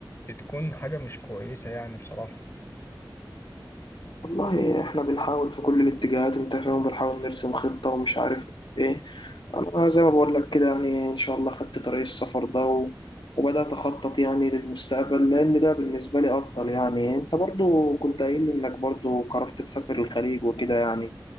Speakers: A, on the left; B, on the left.
A: فبتكون حاجة مش كويسة يعني بصراحة
B: والله إحنا بنحاول في كل الاتجاهات أنت فاهم بنحاول نرسم خطة ومش عارف إيه أنا زي ما بقول لك كده يعني إن شاء الله خدت طريق السفر ده و... وبدأت أخطط يعني للمستقبل لأن ده بالنسبة لي أفضل يعني أنت برضو كنت قايل لي إنك برضو قررت تسافر الخليج وكده يعني